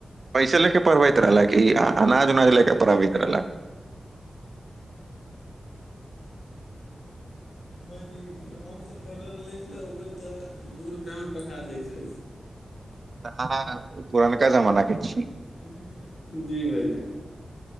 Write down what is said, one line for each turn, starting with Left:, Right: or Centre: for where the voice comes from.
Right: पैसे लेके पढ़बैत रहलक ई अनाज उनाज लेके पढ़बैत रहलय
Left: भायजी हम तऽ पढ़ल रहली ओकर तऽ दू रुपैआमे पढ़ा दै छै
Right: तऽ आहाँ पुरनका जमाना के छी
Left: <unintelligible> जी भाायजी